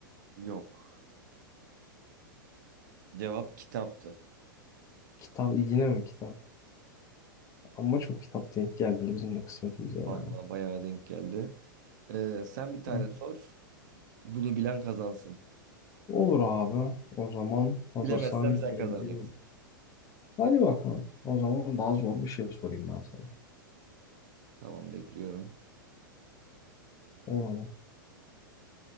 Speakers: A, on the right; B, on the left.
A: Yok. Cevap kitaptı.
B: Kitap yine mi kitap? Ama çok kitap denk geldi bizim de kısmetimize ya.
A: Vallahi bayağı denk geldi. Ee, sen bir tane
B: Tamam.
A: sor. Bunu bilen kazansın.
B: Olur abi. O zaman hazırsan
A: Bilemezsem sen
B: geliyor.
A: kazanacaksın.
B: Hadi bakalım. O zaman daha zor bir şey sorayım ben sana.
A: Tamam bekliyorum.
B: O zaman.